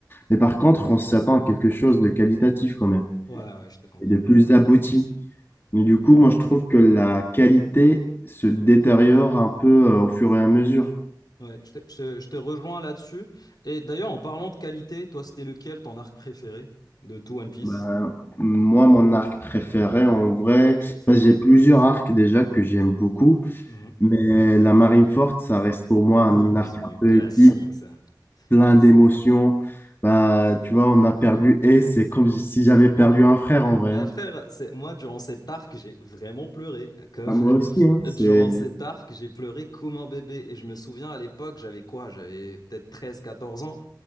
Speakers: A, on the left; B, on the left.
A: Mais par contre, on s'attend à quelque chose de qualitatif quand même
B: Ouais, ouais, je te comprends.
A: et de plus abouti. Mais du coup, moi, je trouve que la qualité se détériore un peu euh, au fur et à mesure.
B: Ouais, je te, je te- je te rejoins là-dessus. Et d'ailleurs, en parlant de qualité, toi, c'était lequel ton arc préféré de tout One Piece?
A: Ben, moi, mon arc préféré, en vrai, ben, j'ai plusieurs arcs déjà que j'aime beaucoup,
B: Mhm.
A: mais la marine forte ça reste pour moi un
B: Oui,
A: arc
B: c'est un
A: un
B: classique,
A: peu épique,
B: ça.
A: plein
B: Ça,
A: d'émotions.
B: c'est-
A: Ben, tu vois, on a perdu et c'est comme si si j'avais perdu un frère en vrai.
B: Mais
A: hein.
B: frère, c'est moi, durant cet arc, j'ai vraiment pleuré. Comme...
A: Ben, moi aussi,
B: <laughs>
A: hein,
B: Durant
A: c'est
B: cet arc, j'ai pleuré comme un bébé. Et je me souviens, à l'époque, j'avais quoi? J'avais peut-être treize, quatorze ans.